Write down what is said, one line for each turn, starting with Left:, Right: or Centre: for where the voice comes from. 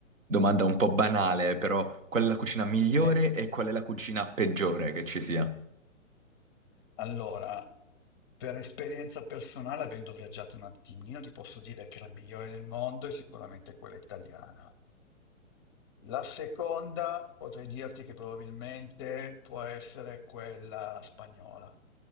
Right: domanda un po' banale, però qual è la cucina migliore
Left: Eh,
Right: e qual è la cucina peggiore che ci sia?
Left: Allora, per esperienza personale, avendo viaggiato un attimino, ti posso dire che la migliore del mondo è sicuramente quella italiana. La seconda potrei dirti che probabilmente può essere quella spagnola,